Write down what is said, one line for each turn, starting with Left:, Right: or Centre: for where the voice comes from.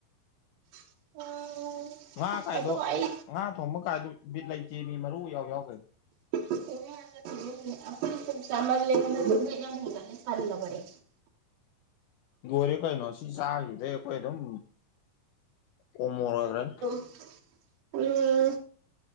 Right: <unintelligible>
Left: ꯉꯥ ꯀꯥꯏꯗꯣ
Right: ꯑꯗꯣ ꯑꯩ
Left: ꯉꯥ ꯊꯣꯡꯕ ꯀꯥꯏꯗꯣ ꯕꯤꯠ ꯂꯩꯇꯦ ꯃꯤ ꯃꯔꯨ ꯏꯌꯥꯎ ꯌꯥꯎꯈꯩ
Right: <unintelligible>
Left: ꯂꯣꯏꯔꯦ ꯀꯩꯅꯣ ꯁꯤ ꯆꯥꯈꯤꯕꯗꯩ ꯑꯩꯈꯣꯏ ꯑꯗꯨꯝ ꯑꯣꯃꯣꯔ ꯑꯣꯏꯒꯔꯅꯤ
Right: <unintelligible>